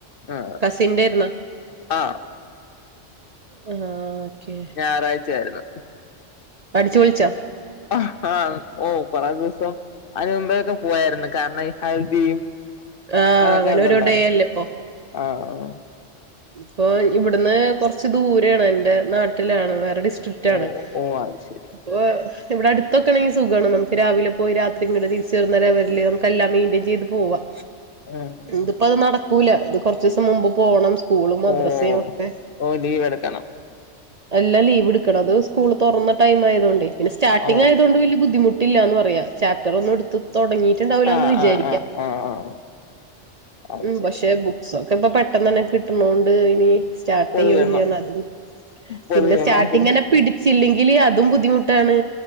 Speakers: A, on the left; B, on the right.
A: ആ
B: കസിന്റെ ആയിരുന്നോ
A: ആ
B: ആഹ് ഓക്കെ
A: ഞായറാഴ്ച ആയിരുന്നു
B: അടിച്ചു പൊളിച്ചോ
A: അഹ് ഹ ഓഹ് കൊറേ ദിവസം അതിന മുമ്പേൊക്കെ പോയായിരുന്നു കാരണം ഈ ഹൽദിയും
B: ആഹ്
A: അങ്ങനൊക്കെ
B: അങ്ങനെ
A: ഉണ്ടല്ലോ
B: ഒരു ഡേ അല്ലേ ഇപ്പൊ
A: ആഹ്
B: ഇപ്പൊ ഇവിടുന്ന് കൊറച്ച് ദൂരെയാണ് എന്റെ നാട്ടിലാണ് വേറെ ഡിസ് സ്ട്രിക്റ്റാണ്
A: ഓ ഓ അത് ശരി
B: അപ്പൊ ഇവിടെടുത്തൊക്കെണെങ്കിൽ സുഖാണ്, നമുക്ക് രാവിലെ പോയി രാത്രിങ്ങട്ട തിരിച്ചു വരുന്ന രീതിയിൽ നമുക്ക് എല്ലാം മെയിന്റയിൻ ചെയ്ത് പോകാം
A: ഉം ഉ
B: ഇതിപ്പ അത് നടക്കൂല ഇത് കൊറച്ച് ദിവസം മുമ്പ് പോകണം സ്കൂളും മദ്രസയും
A: ഓ
B: ഒക്കെ
A: ഓ ലീവ് എടുക്കണം
B: എല്ലാം ലീവ് എടുക്കണം അത് സ്കൂൾ തുറന്ന ടൈം ആയതുകൊണ്ടെ, പിന്നെ സ്റ്റാർട്ടിങ്
A: ഓ
B: ആയതുക കൊണ്ട് വലിയ ബുദ്ധിമുട്ട് ട്ടില്ലന്ന് പറയാ ചാപ്റ്റർ ഒന്നും എടുത്ത് തുടങ്ങിട്ട് ണ്ടാവൂലാന്ന്
A: ആ
B: വിചാരിക്ക,
A: ആ ആ ആ ആ അത്
B: ഉം
A: ശരി
B: പക്ഷെ ബുക്ക്‌ ഒക്കെ പെട്ടെന്ന തന്നെ കിട്ടണോണ്ട് ഇനി സ്റ്റാർട്ട്
A: പൊതിയണം
B: ചെയ്യൂല്ലന്ന്തും
A: പൊതിയണം
B: പിന്നെ സ്റ്റാർട്ടിങ്ങെന്നെ
A: പിന്നെ
B: പിടിച്ചില്ലെങ്കില് അതും ബുദ്ധിമുട്ടാണ്